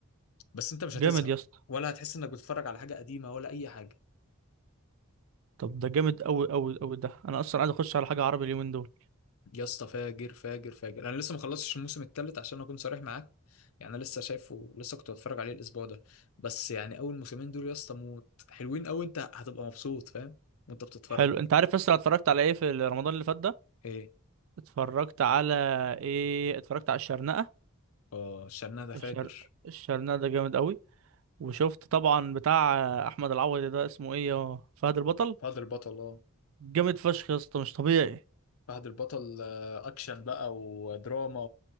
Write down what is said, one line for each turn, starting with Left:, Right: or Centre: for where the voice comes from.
Left: بس انت مش
Right: جامد
Left: هتزهق
Right: يا اسطى
Left: ولا هتحس انك بتتفرج على حاجة قديمة ولا اي حاجة
Right: طب ده جامد قوي قوي قوي ده انا اصلا عايز اخش على حاجه عربي اليومين دول
Left: يا اسطى فاجر فاجر فاجر انا لسه ما خلصتش الموسم الثالث عشان اكون صريح معاك يعني انا لسه شايفه لسه كنت بتفرج عليه الاسبوع ده بس يعني اول موسمين دول يا اسطى موت حلوين قوي انت هتبقى مبسوط فاهم وانت بتتفرج
Right: حلو انت عارف اصلا اتفرجت على ايه في رمضان اللي فات ده
Left: ايه
Right: اتفرجت على ايه اتفرجت على الشرنقة
Left: اه شرنا ده
Right: الشر...
Left: فاجر
Right: الشرنقة ده جامد قوي وشفت طبعا بتاع احمد العوضي ده اسمه ايه يا فهد البطل
Left: فهد البطل اه
Right: جامد فشخ يا اسطى مش طبيعي
Left: فهد البطل آه، اكشن بقى ودراما